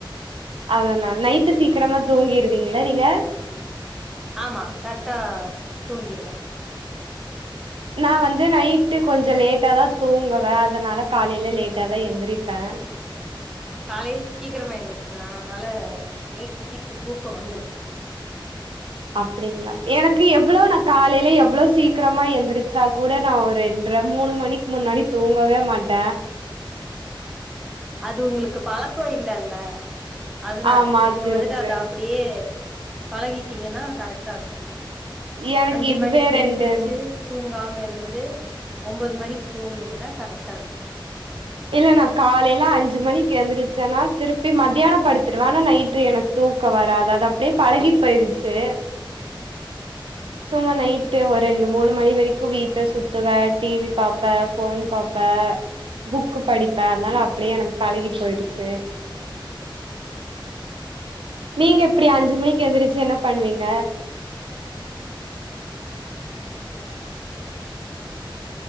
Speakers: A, on the right (about 80°); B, in the centre.
A: அதனா நைட்டு சீக்கிரமா தூங்கிருவீங்களா நீங்க
B: ஆமா கரெக்டா தூங்கிருவே
A: நா வந்து நைட்டு கொஞ்ச லேட்டாதா தூங்குவே அதனால காலைல லேட்டாதா எந்திரிப்பே
B: காலேல சீக்கிரமா எந்துருச்சுருவே நா அதனால நைட் சீக்கிர தூக்க வந்துரும்
A: அப்டிங்களா எனக்கு எவ்வள நா காலல எவ்வள சீக்கரமா எந்திரிச்சா கூட நா ஒரு ரெண்ர மூணு மணிக் முன்னாடி தூங்கவே மாட்ட
B: அது உங்களுக்கு பழக்கோ இல்லல்ல அதனால
A: ஆமா
B: நீங்க
A: அது
B: வந்துட்டு
A: இருக்கு
B: அத அப்டியே பழகீட்டீங்கனா கரெக்டா இருக்கு
A: எனக்கு
B: அஞ்சு
A: இதுவே
B: மணிக்கு
A: ரெண்டு
B: எந்திரிச்சு தூங்காம இருந்து ஒம்போது மணிக்கு தூங்குனீங்கனா கரெக்டா இருக்கு
A: இல்ல நா காலேல அஞ்சு மணிக்கு எந்துருச்சேனா திருப்பி மத்தியான படுத்துடுவே ஆனா நைட்டு எனக்கு தூக்க வராது அது அப்டியே பழகி போயிருச்சு சும்மா நைட்டு் ஒரு ரெண்டு மூனு மணி வரைக்கு வீட்ட சுத்துவே டிவி பாப்பே போன் பாப்பே புக்கு படிப்பே அதனால அப்டியே எனக்கு பழகி போயிருச்சு நீங்க எப்டி அஞ்சு மணிக்கு எந்துருச்சு என்ன பண்ணுவீங்க